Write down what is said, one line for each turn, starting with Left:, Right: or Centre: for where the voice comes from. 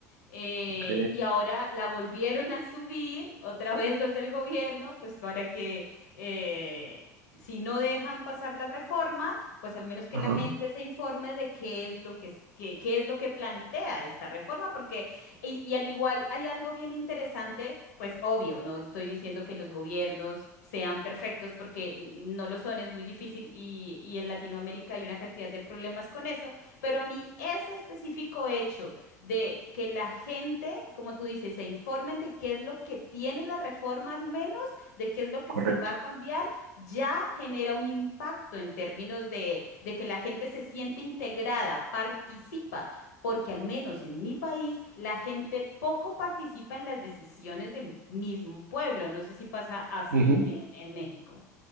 Left: Eh,
Right: Ok,
Left: y ahora la volvieron a subir, otra vez los del gobierno, pues para que eh, si no dejan pasar la reforma, pues al menos que
Right: ajá,
Left: la gente se informe de qué es lo que, es- qué, qué es lo que plantea esta reforma, porque, y, y al igual hay algo bien interesante, pues obvio, no estoy diciendo que los gobiernos sean perfectos, porque no lo son, es muy difícil, y, y en Latinoamérica hay una cantidad de problemas con eso, pero a mí ese específico hecho de que la gente, como tú dices, se informen de qué es lo que tiene la reforma al menos, de qué es lo que
Right: correcto.
Left: se va a cambiar, ya genera un impacto en términos de, de que la gente se siente integrada, participa, porque al menos en mi país la gente poco participa en las decisiones del mismo pueblo. No sé si pasa así
Right: Ujú.
Left: en, en México.